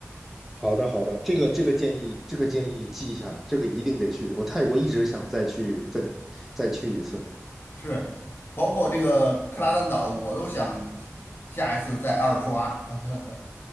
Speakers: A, in the centre; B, on the left (about 45°).
A: 好的好的，这个这个建议这个建议记下了，这个一定得去。我泰国一直想再去再再去一次。
B: 是，包括这个克拉丹岛，我都想下一次再二刷。<laughs>